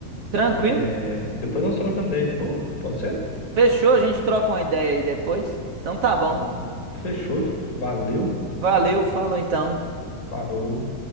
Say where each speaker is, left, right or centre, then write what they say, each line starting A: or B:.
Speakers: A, on the right; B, on the left.
A: Tranquilo?
B: É, Depois nós trocamos ideia de novo, pode ser?
A: Fechou, a gente troca uma ideia aí depois. Então tá bom.
B: Então, fechou, valeu,
A: Valeu, falou então.
B: falou.